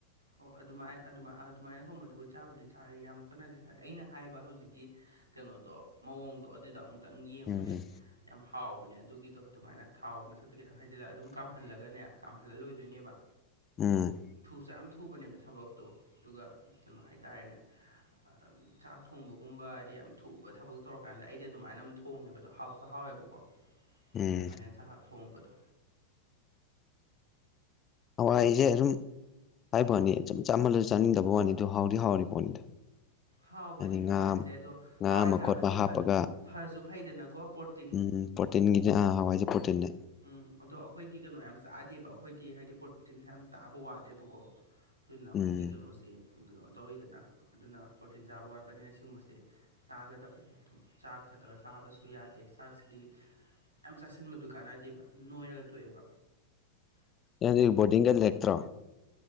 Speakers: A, on the right (about 80°); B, on the left (about 25°).
A: ꯑꯣ ꯑꯗꯨꯃꯥꯏꯅ ꯑꯗꯨꯃꯥꯏ ꯑꯗꯨꯃꯥꯏꯅ ꯊꯣꯡꯕꯗꯨꯕꯨ ꯆꯕꯗꯤ ꯆꯔꯦ ꯌꯥꯝ ꯀꯟꯅꯗꯤ ꯆꯥꯗꯦ ꯑꯩꯅ ꯍꯥꯏꯕ ꯍꯧꯖꯤꯛꯀꯤ ꯀꯩꯅꯣꯗꯣ ꯃꯑꯣꯡꯗꯣ ꯑꯗꯨꯗꯣ ꯑꯃꯨꯛꯇꯪ ꯌꯦꯡꯉꯨꯅꯦ
B: ꯎꯝ
A: ꯌꯥꯝ ꯍꯥꯎꯕꯅꯦ ꯑꯗꯨꯒꯤꯗꯣ ꯑꯗꯨꯃꯥꯏꯅ ꯊꯥꯎ ꯃꯊꯛꯇ ꯈꯤꯇꯪ ꯍꯥꯏꯖꯤꯜꯂꯒ ꯑꯗꯨꯝ ꯀꯥꯝꯍꯜꯂꯒꯅꯦ ꯀꯥꯝꯍꯜꯂ ꯂꯣꯏꯗꯣꯏꯅꯦꯕ
B: ꯎꯝ꯫
A: ꯊꯨꯁꯨ ꯌꯥꯝ ꯊꯨꯕꯅꯦꯕ ꯊꯕꯛꯇꯣ ꯑꯗꯨꯒ ꯀꯩꯅꯣ ꯍꯥꯏꯇꯥꯔꯦꯅꯦ꯫ <inaudible> ꯆꯥꯛ ꯊꯣꯡꯕꯒꯨꯝꯕ ꯍꯥꯏꯗꯤ ꯌꯥꯝ ꯊꯨꯕ ꯊꯕꯛ ꯇꯧꯔꯀꯥꯟꯗ ꯑꯩꯗꯤ ꯑꯗꯨꯃꯥꯏꯅ ꯑꯃ ꯊꯣꯡꯉꯦꯕ ꯑꯗꯣ ꯍꯥꯎꯁꯨ ꯍꯥꯎꯋꯦꯕꯀꯣ꯫
B: ꯎꯝ
A: <unintelligible> ꯆꯥꯍꯥꯛ ꯊꯣꯡꯕꯗꯣ
B: ꯍꯋꯥꯏ ꯁꯦ ꯑꯁꯨꯝ ꯍꯥꯏꯕ ꯋꯥꯅꯤ ꯆꯝ ꯆꯥꯃꯜꯂꯁꯨ ꯆꯥꯅꯤꯡꯗꯕ ꯋꯥꯅꯤ ꯑꯗꯨ ꯍꯥꯎꯗꯤ ꯍꯥꯎꯔꯤ ꯄꯣꯠꯅꯤꯗ꯫
A: ꯍꯥꯎꯕꯅꯦ
B: ꯍꯥꯏꯗꯤ
A: ꯍꯋꯥꯏꯁꯦ
B: ꯉꯥ
A: ꯑꯗꯣ
B: ꯉꯥ
A: ꯍꯋꯥꯏ
B: ꯑꯃ
A: ꯆꯥꯕꯁꯤ
B: ꯈꯣꯠꯄ ꯍꯥꯞꯄꯒ
A: ꯐ ꯐꯁꯨ ꯐꯩꯗꯅꯀꯣ ꯄꯣꯔꯠ
B: ꯎꯝ ꯄ꯭ꯔꯣꯇꯤꯟꯒꯤꯗꯤ ꯑꯥ ꯍꯋꯥꯏꯁꯦ ꯄ꯭ꯔꯣꯇꯤꯟꯅꯦ꯫
A: ꯎꯝ ꯑꯗꯣ ꯑꯈꯣꯏꯗꯤ ꯀꯩꯅꯣ ꯌꯥꯝ ꯆꯥꯗꯦꯕ ꯑꯈꯣꯏꯗꯤ ꯍꯥꯏꯗꯤ ꯄ꯭ꯔꯣꯇꯣꯇꯤꯟꯁꯦ ꯌꯥꯝ ꯆꯥꯕ ꯋꯥꯠꯂꯦꯕꯀꯣ꯫ ꯑꯗꯨꯅ ꯑꯩꯈꯣꯏꯒꯤ
B: ꯎꯝ
A: ꯀꯩꯅꯣꯁꯦ ꯀꯩꯅꯣ ꯇꯧꯋꯤꯗꯅ ꯑꯗꯨꯅ ꯄ꯭ꯔꯣꯇꯤꯟ ꯆꯥꯕ ꯋꯥꯠꯄꯅꯤꯅ ꯁꯤꯒꯨꯝꯕꯁꯦ ꯆꯥꯒꯗꯕꯅꯤ ꯑꯗꯨꯝ ꯆꯥꯛ ꯈꯛꯇꯒ ꯆꯥꯕꯁꯨ ꯌꯥꯗꯦ ꯆꯥꯛꯁꯤꯗꯤ ꯌꯥꯝ ꯆꯥꯁꯤꯟꯕꯗꯨ ꯀꯥꯟꯗꯦꯕ ꯅꯣꯏꯔꯒ ꯇꯣꯛꯑꯦꯕ꯫
B: ꯅꯪꯗꯤ ꯕꯣꯔꯗꯤꯡꯗ ꯂꯩꯔꯛꯇ꯭ꯔꯣ꯫